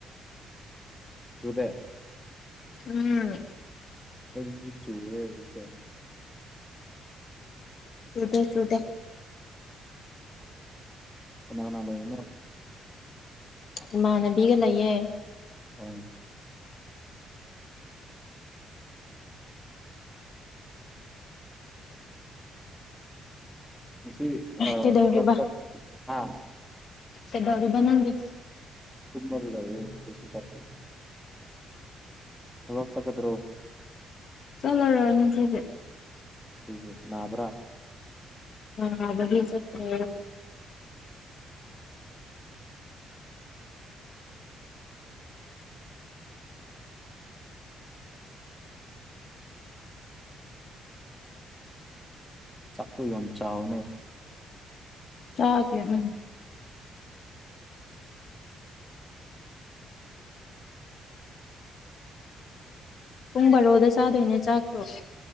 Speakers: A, in the centre; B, on the left (about 50°).
A: ꯆꯨꯗꯦ
B: ꯎꯝ
A: ꯈꯣꯏꯒꯤꯗꯤ ꯆꯨꯋꯦ ꯍꯥꯖꯤꯛꯇ
B: ꯆꯨꯗꯦ ꯆꯨꯗꯦ
A: ꯀꯅꯥ ꯅ ꯂꯩꯅꯣ
B: ꯏꯃꯥꯟꯅꯕꯤꯒ ꯂꯩꯌꯦ
A: ꯑꯥ ꯉꯁꯤ ꯑꯥ
B: ꯀꯩꯗꯧꯔꯤꯕ
A: <unintelligible> ꯍꯥ
B: ꯀꯩꯗꯧꯔꯤꯕꯥ ꯅꯪꯗꯤ
A: ꯇꯨꯝꯃ ꯂꯩꯌꯦ ꯀꯩꯁꯨ ꯇꯧꯗꯦ ꯊꯕꯛ ꯆꯠꯀꯗ꯭ꯔꯣ
B: ꯆꯠꯂꯔꯣꯏ ꯉꯁꯤꯗꯤ
A: ꯀꯔꯤꯒꯤ ꯅꯥꯕ꯭ꯔꯥ
B: ꯅꯥꯕꯒꯤ ꯆꯠꯇ꯭ꯔꯦ
A: ꯆꯥꯛꯇꯨ ꯌꯥꯝ ꯆꯥꯎꯅꯦ
B: ꯆꯥꯒꯦ ꯎꯝ ꯄꯨꯡ ꯕꯥꯔꯣꯗ ꯆꯥꯗꯣꯏꯅꯦ ꯆꯥꯛꯁꯣ